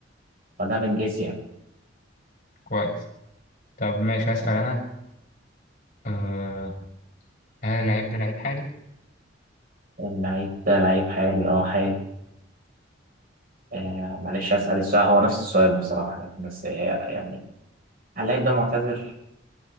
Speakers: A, on the right (about 45°); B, on the left (about 45°).
A: فده بنجس يعني
B: كويس طب ماشي هسأل أنا آه، هل اللعيب ده لعيب حالي؟
A: اللعيب ده لعيب حالي اه حالي آه معلش أسأل السؤال هو نفس السؤال بصراحة يعني بس آه يعني هل اللعيب ده معتذر